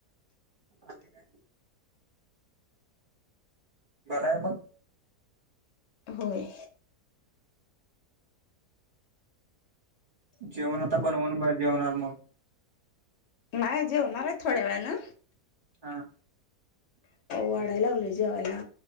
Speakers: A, on the right (about 40°); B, on the left (about 55°).
A: आणि काय बरं आहे मग
B: होय.
A: जेवण आता बनवून ब जेवणार मग
B: नाही जेवणार आहे थोड्या वेळाानं
A: हा.
B: वाढायला लागले जेवायला